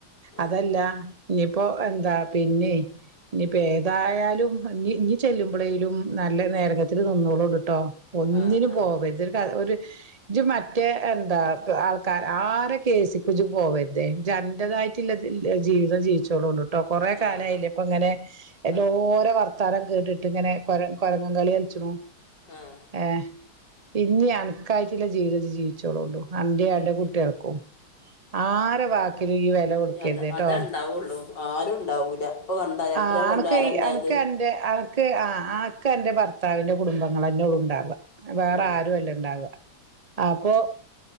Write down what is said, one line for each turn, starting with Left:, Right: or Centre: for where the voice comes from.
Left: ഏ
Right: അതല്ല ഇനിപ്പോഎന്താ പിന്നെ. ഇനിയിപ്പോ ഏതായാലും ഇ ഇനി ചെല്ലുമ്പോഴേലും നല്ല നേരകത്തില് നിന്നോളൂണ്ട്ട്ടോ. ഒന്നിനു
Left: ആ ആ
Right: പോവര്ത് ഇതൊരു ഒരു ഇത് മറ്റേ എന്താ ആൾക്കാർ ആരൊക്കെ - കേസി കുജു പോവര്തെ ജൻറതായിട്ടുള്ളതിൽ. ജീവിതം ജീവിച്ചോടും കൊണ്ട് കേട്ടോ കൊറെേ
Left: ആ
Right: കാലായില്ല
Left: അത്
Right: ഇപ്പ ഇങ്ങനെ എല്ലോരോ
Left: ആ
Right: വർ - തരം കേട്ടിട്ട് ഇങ്ങ. നെര കൊരങ്ങം കളി അലിച്ചണോ
Left: ആഹ്
Right: ഏഹ് ഇനി അനക്കായിട്ടുള്ള ജീവിത ജീവിച്ചോളൂണ്ടൂ അന്റെയാടെ
Left: ജീവിക്കാം
Right: കുട്ടിയാൾക്കും. ആരെ വാക്കിലും ഈ വില കൊടുക്കരുത്
Left: അത് അതാ
Right: ട്ടോ.
Left: ഉണ്ടാവുള്ളൂ ആരും ഉണ്ടാവൂല ഇപ്പൊ കണ്ട രണ്ടര
Right: ആഹ്
Left: കൊല്ലം
Right: അണക്ക്
Left: ആരാ
Right: ഈ
Left: ഉണ്ടായത്
Right: അണക്ക അന്റെ അ - ആഹ് ആക്ക് അന്റെ ഭർത്താവിന്റെ കുടുംബങ്ങൾ അന്നോട് ഉണ്ടാവ വേറെ
Left: ഉം.
Right: ആരുുംല്ല. ണ്ടാവ അപ്പൊ